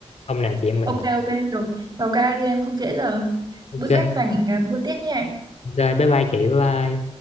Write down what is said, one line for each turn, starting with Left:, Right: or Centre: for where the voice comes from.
Left: Hôm nào chị em mình.
Right: Ok ok rồi vào ca đi em không trễ giờ
Left: Ok,
Right: bữa khác rảnh à, buôn tiếp nha
Left: ok, bye bye chị, bye bye.